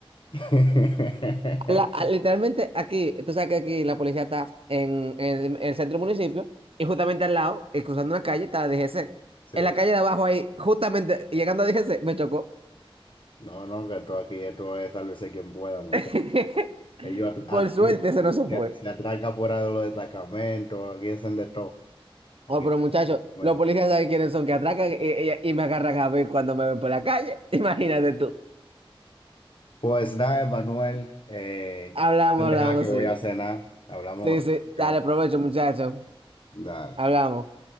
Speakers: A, on the left; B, on the right.
A: <laughs>
B: A la- a- literalmente aquí, tú sabes que aquí la policía está en, en el centro del municipio y justamente al lado, eh, cruzando una calle, está la DGC.
A: Sí,
B: En la calle de abajo ahí, justamente llegando a DGC, me chocó.
A: no, no, que esto aquí, esto es sálvese quien pueda, muchachos.
B: <laughs>
A: Ellos at- aquí
B: Por suerte, ese no se fue.
A: se, se atraca fuera de los destacamentos, aquí hacen de todo. Aquí
B: Oh, pero
A: sálvese
B: muchachos,
A: quien pueda.
B: los policías saben quiénes son que atracan y, y- y me agarran a ver cuando me ven por la calle. <laughs> Imagínate tú.
A: Pues nada, Emanuel, eh,
B: Hablamos,
A: no te
B: hablamos,
A: deja que voy
B: sí.
A: a cenar. Hablamos
B: Sí,
A: en otra
B: sí.
A: ocasión.
B: Dale, provecho, muchachos.
A: Dale.
B: Hablamos.